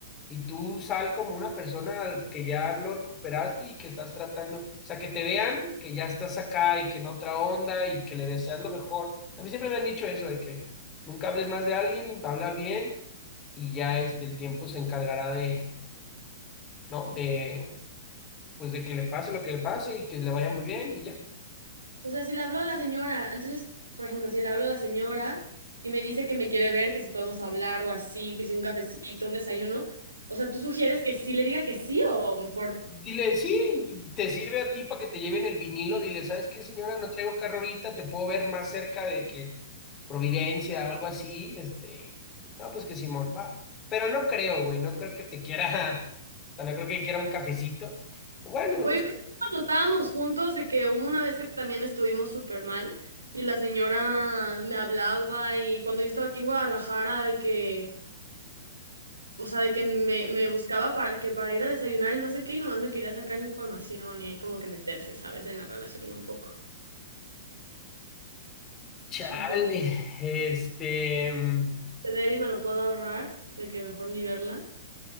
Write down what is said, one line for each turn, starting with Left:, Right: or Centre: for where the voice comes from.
Left: Y tú sal como una persona que ya lo recuperaste y que estás tratando. O sea, que te vean que ya estás acá y que en otra onda y que le deseas lo mejor. A mí siempre me han dicho eso, de que nunca hables más de alguien, habla bien y ya este, el tiempo se encargará de, ¿no? De pues de que le pase lo que le pase y que le vaya muy bien y ya.
Right: o sea, si le hablo a la señora, entonces, por ejemplo, si le hablo a la señora y me dice que me quiere ver, que si podemos hablar o así, que si un cafecito, un desayuno, o sea, ¿tú sugieres que sí le diga que sí o mejor
Left: Dile, sí, te sirve a ti para que te lleven el vinilo. Dile, ¿sabes qué, señora? No traigo carro ahorita, te puedo ver más cerca de que Providencia o algo así. Este, no, pues que Simón, va. Pero no creo, güey, no creo que te quiera, <laughs> o sea, no creo que quiera un cafecito. Bueno,
Right: Oye,
Left: no sé.
Right: pero cuando estábamos juntos, de que hubo una vez que también estuvimos súper mal y la señora me hablaba y cuando yo estaba aquí en Guadalajara, de que, o sea, de que me, me buscaba para, que para ir a desayunar y no sé qué, y nomás me quería sacar información y ahí como que meterse, ¿sabes? En la relación un poco.
Left: Chale,
Right: Entonces,
Left: este, mm,
Right: ceder y me lo puedo ahorrar, de que mejor ni verla.